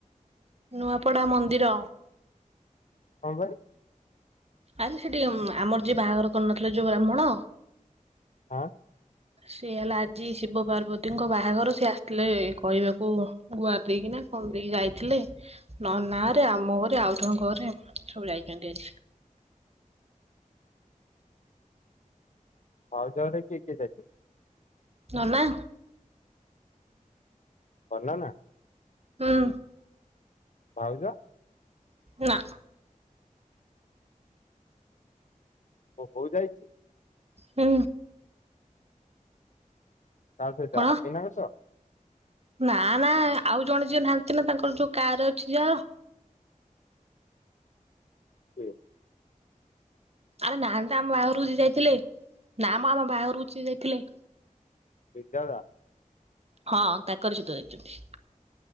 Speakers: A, on the right; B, on the left.
A: ନୂଆପଡା ମନ୍ଦିର।
B: କଣ ପାଇଁ?
A: ଆରେ ସେଠି ଆମର ଯିଏ ବାହାଘର କରୁନଥିଲେ ଯୋଉ ବ୍ରାହ୍ମୁଣ
B: ହଁ।
A: ସେ ହେଲା ଆଜି ଶିବ ପାର୍ବତୀଙ୍କ ବାହାଘର ସିଏ ଆସିଥିଲେ କହିବାକୁ ଗୁଆର ଦେଇକିନା କଣ ଦେଇକି ଯାଇଥିଲେ ନନା ରେ ଆମ ଘରେ ଆଉ ଜଣଙ୍କ ଘରେ ସବୁ ଯାଇଛନ୍ତି ଆଜି।
B: ଭାଉଜ ଘରେ କିଏ କିଏ ଯାଇଛନ୍ତି?
A: ନନା
B: ଭନା ନା?
A: ହଁ।
B: ଭାଉଜା
A: ନା।
B: ହଁ ହଉ ଯାଇଛି।
A: ହୁଁ।
B: ଚାଲ ଯ
A: କଣ
B: ହାପି ନଛ।
A: ନା ନା ଆଉ ଜଣେ ଯିଏ ନାହାନ୍ତି ନା ତାଙ୍କର ଯୋଉ କାର ଅଛି ଯାହାର।
B: ହୁଁ।
A: ଆରେ ନାହାନ୍ତି ତ ଆମ ବାଘରକୁ ଯିଏ ଯାଇଥିଲେ। ନାାମ ଆାମ ବାହାରୁ ଯ ଯାଇଥିଲେ
B: <unintelligible>
A: ହଁ କା କରିଛ ତଚୁଟି।